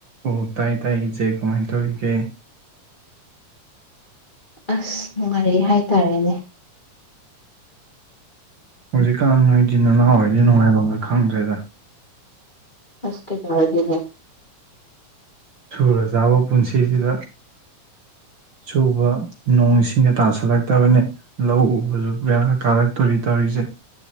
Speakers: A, on the right; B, on the left.
A: ꯑꯣ ꯇꯥꯏ ꯇꯥꯏ ꯏꯆꯦ ꯀꯃꯥꯏ ꯇꯧꯔꯤꯒꯦ
B: ꯑꯁ ꯅꯨꯡꯉꯥꯏꯔꯤ ꯍꯥꯏꯇꯥꯔꯦꯅꯦ
A: ꯍꯧꯖꯤꯛꯀꯥꯟ ꯅꯣꯏꯗꯤ ꯅꯅꯥꯎ ꯍꯣꯏꯗꯤ ꯅꯨꯡꯉꯥꯏꯕꯝꯒ ꯈꯪꯗ꯭ꯔꯦꯗ
B: ꯑꯁ ꯀꯩꯗꯧꯔꯒꯦꯅꯦ
A: ꯁꯨꯔ ꯆꯥꯕ ꯄꯨꯟꯁꯤꯖꯤꯗ ꯁꯨꯕ ꯅꯣꯡꯁꯤꯡꯒ ꯇꯥꯁꯜꯂꯛꯇꯕꯅꯦ ꯂꯧ ꯎꯕꯖꯨ ꯕꯦꯔꯥ ꯀꯥꯔꯛꯇꯣꯔꯤ ꯇꯧꯔꯤꯖꯦ